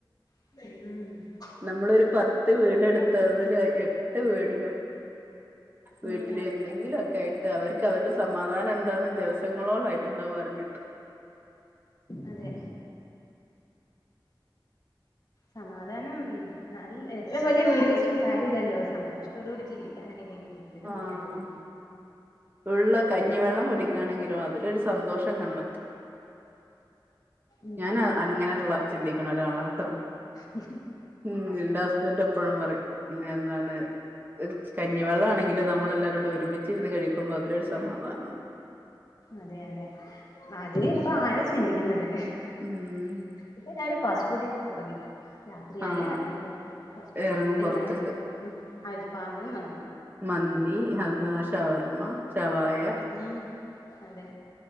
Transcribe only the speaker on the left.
ഉം
ഉം ഉം ഉം
അതെ സമാധാനം ന എഏത്ര വലിയ വീടിവെച്ചിട്ടും കാര്യല്ലല്ലോ സന്തോഷത്തോട കൂടി ജീവിക്കും ക്കാനായില്ലെങ്കി ജീവിതം
പിന്നെന്തിനാ
ഉം
ഉ
അതെ അതെ അതിന്പ്പൊ ആര ചിന്തിക്കുന്നത്
ഇപ്പൊ എല്ലാവരുംഫാസ്റ്റ് ഫുഡിന്റെ പുറകില രാത്രിയായ
എറങ്ങും പുറത്ത്
എന്താണ്
അൽ ഫാമ് മ
നീ അതെ